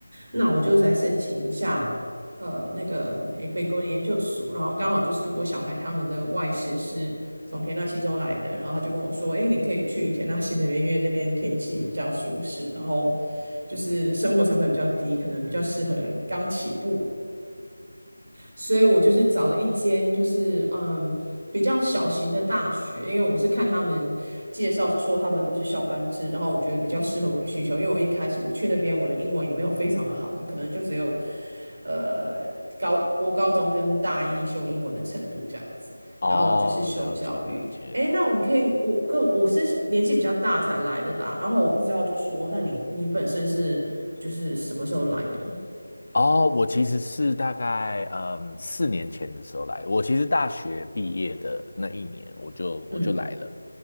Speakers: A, on the right; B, on the left.
A: 那我就来申请一下呃那个美美国的研究所，然后刚好就是我小孩他们的外师是从田纳西州来的，然后他就跟我说，哎，你可以去田纳西那边，因为那边天气比较舒适，然后就是生活成本比较低，可能比较适合刚起步的。所以我就是找了一间就是嗯比较小型的大学，因为我是看他们介绍是说他们都是校班制，然后我觉得比较适合我的需求，因为我一开始我去那边我的英文也没有非常的好，就可能就只有呃高国高中跟大一修英文的程度这样子，
B: 哦，
A: 然后我就是修教育，
B: 了解了解。
A: 诶，那我可以我跟我是年纪比较大才来的啦，然后我不知道就说那你你本身是就是什么时候来的？
B: 哦，我其实是大概嗯四年前的时候来，我其实大学毕业的那一年我就我就来了，
A: 嗯，